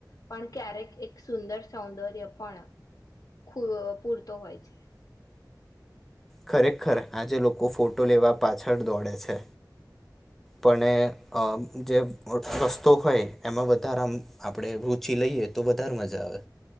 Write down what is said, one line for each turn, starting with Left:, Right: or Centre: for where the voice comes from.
Left: પણ ક્યારેક એક સુંદર સૌંદર્ય પણ ખૂબ પૂરતો હોય છે
Centre: ખરેખર આજે લોકો ફોટો લેવા પાછળ દોડે છે પણેઅ જેમ રસ્તો હોય એમાં વધારે આપણેે રુચિ લઈએ તો વધારે મજા આવે